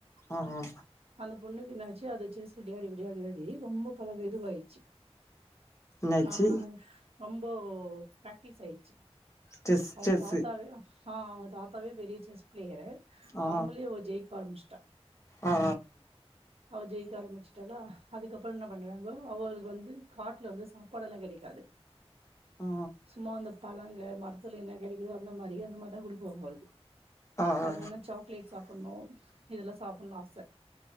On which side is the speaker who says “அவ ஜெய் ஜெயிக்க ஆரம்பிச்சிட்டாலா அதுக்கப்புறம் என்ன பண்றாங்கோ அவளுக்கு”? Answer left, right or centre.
Right